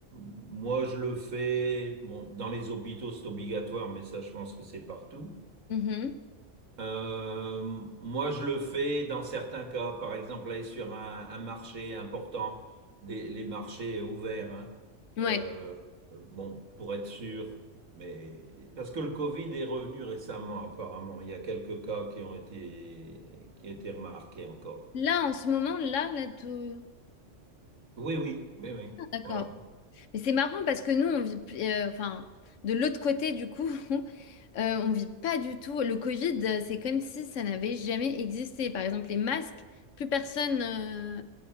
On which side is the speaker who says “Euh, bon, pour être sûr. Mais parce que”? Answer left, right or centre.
Right